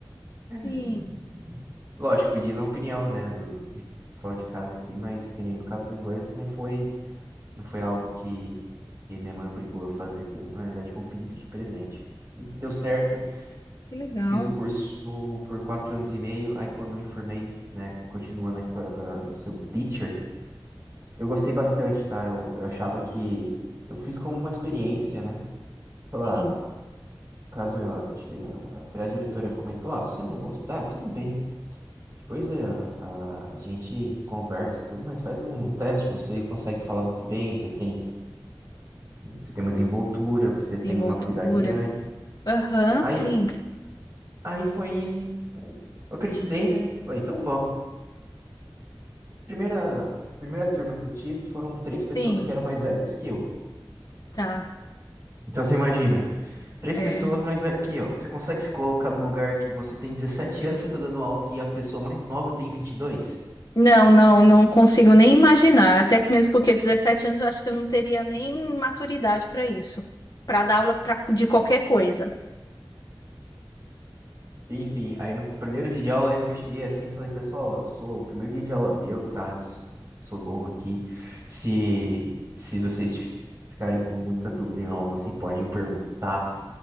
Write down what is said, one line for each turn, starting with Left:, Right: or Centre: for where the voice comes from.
Left: Sim.
Right: fazendo. Lógico, pedindo a opinião, né, do do pessoal de casa aqui, mas que nem no caso do inglês, não foi, não foi algo que, que minha mãe obrigou a fazer. Foi, na verdade, foi um pedido de presente. E deu certo.
Left: Que legal.
Right: Fiz o curso por quatro anos e meio, aí quando eu me formei, né, continuando a história da do seu teacher, eu gostei bastante, tá? Eu, eu achava que eu fiz como uma experiência, né? Falar,
Left: Sim.
Right: "Ah, caso eu, acho que ah, até a diretora comentou, ah, se você não gostar, tudo bem. Depois é, a, a gente conversa tudo, mas faz um, um teste, você consegue falar muito bem, você tem, você tem uma desenvoltura, você
Left: Desenvoltura.
Right: tem uma habilidade grande.
Left: Aham,
Right: Aí,
Left: sim,
Right: aí foi, aí eu acreditei, né? Falei, então vamos. Primeira, primeira turma que eu tive foram três pessoas
Left: sim,
Right: que eram mais velhas que eu.
Left: tá.
Right: Então você imagina, três
Left: É.
Right: pessoas mais velho que eu. Você consegue se colocar no lugar que você tem 17 anos, e você tá dando aula que a pessoa mais nova tem vinte e dois
Left: Não, não, não consigo nem imaginar. Até que mesmo porque 17 anos eu acho que eu não teria nem maturidade para isso, para dar aula pra, de qualquer coisa.
Right: Enfim, aí no primeiro dia de aula, eu lembro que eu cheguei assim e falei, pessoal, eu sou o primeiro dia de aula meu, tá? Eu s- sou novo aqui. Se, se vocês fi- ficarem com muita dúvida em algo assim, podem me perguntar.